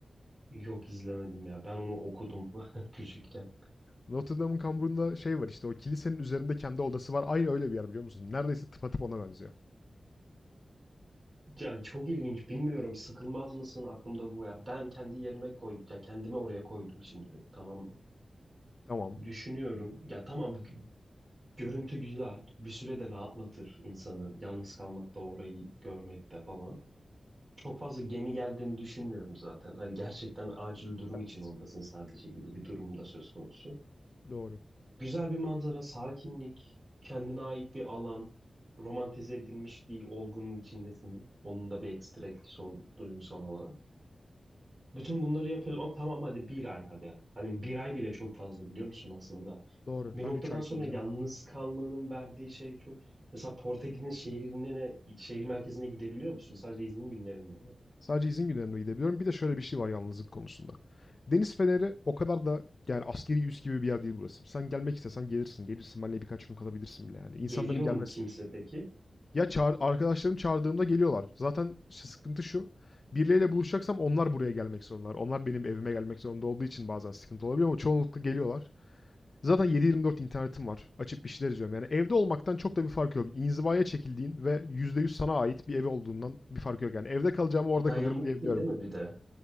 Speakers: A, on the right; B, on the left.
A: Yok izlemedim ya. Ben onu okudum <laughs> küçükken.
B: Notre Dame'ın kamburunda şey var işte o kilisenin üzerinde kendi odası var. Aynı öyle bir yer biliyor musun? Neredeyse tıpatıp ona benziyor.
A: Ya çok ilginç. Bilmiyorum sıkılmaz mısın aklımda bu ya. Ben kendi yerime koy ya kendimi oraya koydum şimdi. Tamam mı?
B: Tamam.
A: Düşünüyorum. Ya tamam gö- görüntü güzel. Bir süre de rahatlatır insanı. Yalnız kalmakta orayı görmekte falan. Çok fazla gemi geldiğini düşünmüyorum zaten. Hani gerçekten acil durum
B: Evet.
A: için oradasın sadece gibi bir durumda söz konusu.
B: Doğru.
A: Güzel bir manzara, sakinlik, kendine ait bir alan, romantize edilmiş bir olgunun içindesin. Onun da bir ekstra etkisi olur duygusal olarak. Bütün bunları yapıyoruz. Ama tamam hadi bir ay hadi. Hani bir ay bile çok fazla biliyor musun aslında?
B: Doğru.
A: Bir
B: Ben
A: noktadan
B: 3 ay
A: sonra
B: kalacağım.
A: yalnız kalmanın verdiği şey çok... Mesela Portekiz'in şehrine, şehir merkezine gidebiliyor musun? Sadece izin günlerinde mi?
B: Sadece izin günlerine gidebiliyorum. Bir de şöyle bir şey var yalnızlık konusunda. Deniz Feneri o kadar da yani askeri üs gibi bir yer değil burası. Sen gelmek istesen gelirsin. Gelirsin. Benle birkaç gün kalabilirsin bile yani. İnsanların
A: Geliyor
B: gelmesi
A: mu kimse peki?
B: Ya çağır, arkadaşlarım çağırdığımda geliyorlar. Zaten ş- sıkıntı şu. Birileriyle buluşacaksam onlar buraya gelmek zorundalar. Onlar benim evime gelmek zorunda olduğu için bazen sıkıntı olabiliyor ama çoğunlukla geliyorlar. Zaten 7 dört internetim var. Açıp bir şeyler izliyorum. Yani evde olmaktan çok da bir fark yok. İnzivaya çekildiğin ve %100 sana ait bir ev olduğundan bir fark yok. Yani evde kalacağımı orada
A: Dayanıklı
B: kalırım diyebiliyorum.
A: değil mi bir de?